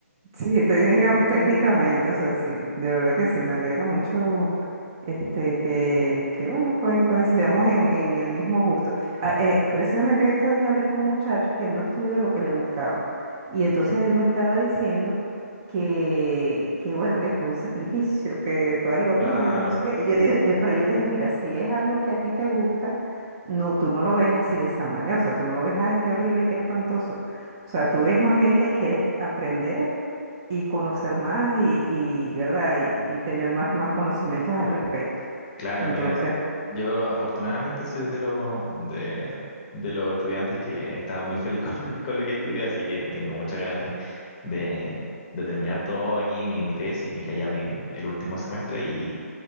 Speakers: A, on the right (about 20°); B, on the left (about 25°).
A: Sí, técnica- técnicamente, o sea, sí, de verdad que sí, me alegra mucho este, que, que bueno, coin- coincidamos en, en el mismo gusto. Ah,
B: <laughs>
A: eh, precisamente en estos días hablé con un muchacho que no estudió lo que le gustaba y entonces él me estaba diciendo que, que bueno, que fue un sacrificio, que fue algo horrible,
B: Claro.
A: que no sé qué. Y Yo, dije- yo, pero yo le dije, mira, si es algo que a ti te gusta, no, tú no lo ves así de esa manera, o sea, tú no lo ves, ay, qué horrible, qué espantoso. O sea, tú ves más bien que quieres aprender y conocer más y, y, ¿verdad? Y, y tener más, más conocimientos al respecto.
B: Claro,
A: Entonces,
B: mira, yo afortunadamente soy de los de, de los estudiantes que estaba muy feliz con, <laughs> con lo que estudié, así que tengo muchas ganas de, de, de terminar todo aquí, mi, mi tesis, me quedé ya mi- el último semestre y,